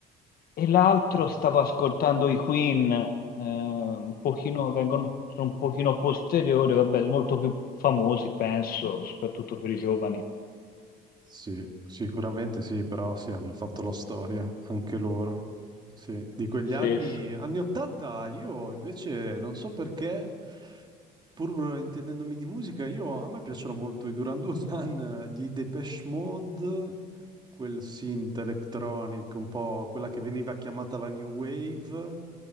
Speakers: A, on the left; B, on the right.
A: E l'altro stavo ascoltando i Queen, eh, un pochino, vengono, sono un pochino posteriori, vabbè, molto più famosi, penso, soprattutto per i giovani.
B: Sì, sicuramente sì, però sì, hanno fatto la storia, anche loro. Sì, di quegli
A: Sì,
B: anni,
A: sì.
B: anni 80, io invece non so perché, pur intendendomi di musica, io, a me piacciono molto i Duran Duran, gli Depeche Mode, quel synth electronic, un po' quella che veniva chiamata la New Wave.